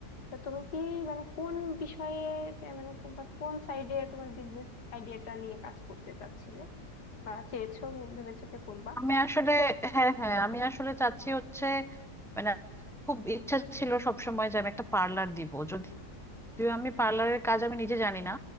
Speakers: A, on the left (about 80°); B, in the centre.
A: তা তুমি কি মানে কোন বিষয়ে আহ, মানে বা কোন সাইডে তোমার বিজনেস আইডিয়াটা নিয়ে কাজ করতে চাচ্ছিলে বা চেয়েছো ভেবেছো যে করবা
B: আমি আসলে হ্যাঁ হ্যাঁ আমি আসলে চাচ্ছি হচ্ছে মানে খুব ইচ্ছা ছিল সবসময় যে আমি একটা পার্লার দিব যদিও আমি পার্লারের কাজ আমি নিজে জানি না